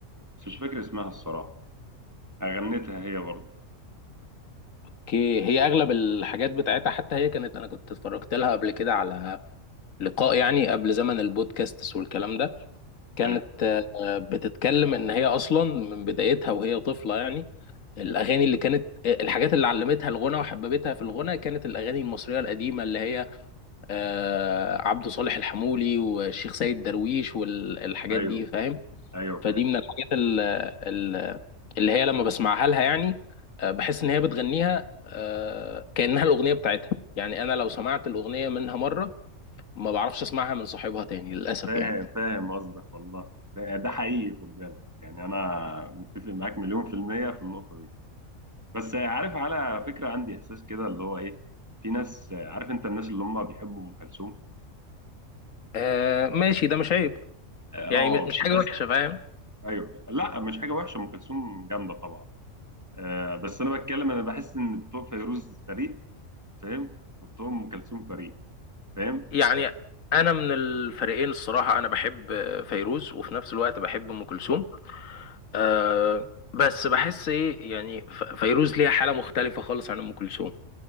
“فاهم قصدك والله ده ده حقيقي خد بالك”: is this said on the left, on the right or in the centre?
Right